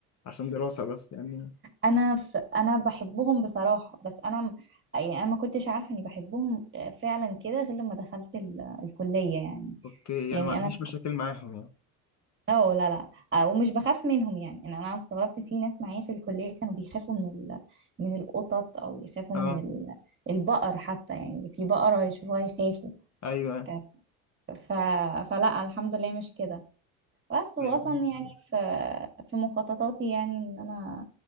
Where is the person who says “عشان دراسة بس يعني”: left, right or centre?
Left